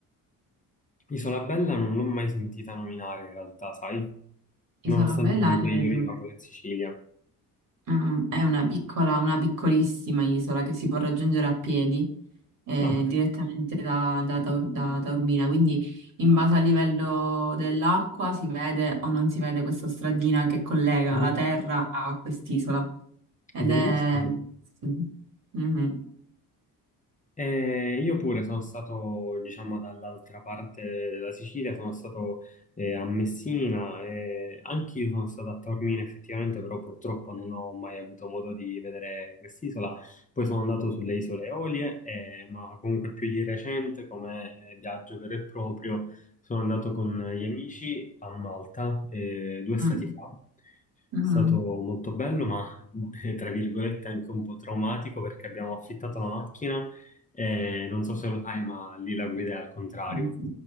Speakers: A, on the left (about 20°); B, on the right (about 60°).
A: Isola Bella non l'ho mai sentita nominare in realtà, sai?
B: Isola
A: Nonostante
B: Bella
A: comunque
B: è,
A: io viva poi in Sicilia.
B: mm, è una piccola, una piccolissima isola che si può raggiungere a piedi eh,
A: Ah,
B: direttamente da, da Taur- da da Taormina. Quindi in base al livello dell'acqua si vede o non si vede questa stradina che collega
A: mhm.
B: la terra a quest'isola. Ed
A: Bellissimo.
B: è... sì. Mhm.
A: Eh, io pure sono stato, diciamo, dall'altra parte della Sicilia, sono stato eh, a Messina, e anche io sono stato a Taormina effettivamente, però purtroppo non ho mai avuto modo di vedere quest'isola. Poi sono andato sulle Isole Eolie, eh, ma comunque più di recente, come eh, viaggio vero e proprio, sono andato con gli amici a Malta eh, due stati
B: Mm.
A: fa.
B: Mm.
A: È stato molto bello, ma <laughs> eh, tra virgolette anche un po' traumatico perché abbiamo affittato la macchina e non so se lo sai, ma lì la guida è al contrario.
B: Sì, sì.